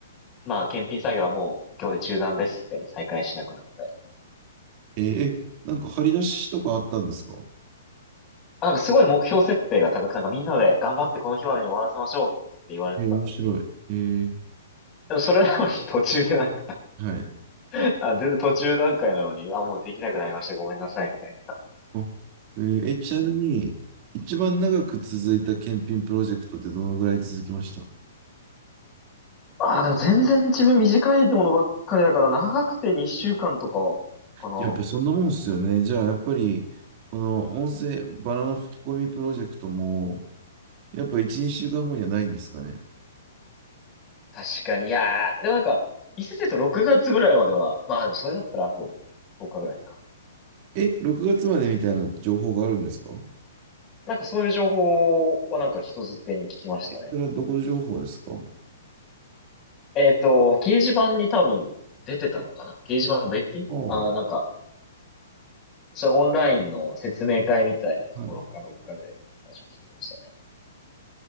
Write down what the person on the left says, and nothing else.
まあ、検品作業はもう今日で中断ですってやって再開しなくなったり。
まあ、なんかすごい目標設定が高く、なんかみんなで頑張ってこの日までに終わらせましょうって言われてたんですけど。
でもそれなのに <laughs> 途中でなんか
<laughs> あ、全然途中段階なのに、あ、もうできなくなりました。ごめんなさい、みたいな。
あ、でも全然自分短いものばっかりだから、長くて2週間とかかな。
確かに。いやー、でもなんか、伊勢と6月ぐらいまでは、まあでもそれだったらあと10日ぐらいか。
なんかそういう情報はなんか人づてに聞きましたね。
えっと、掲示板に多分出てたのかな掲示板の別品あー、
なんか、それオンラインの説明会みたいなところかどっかで話を聞きましたね。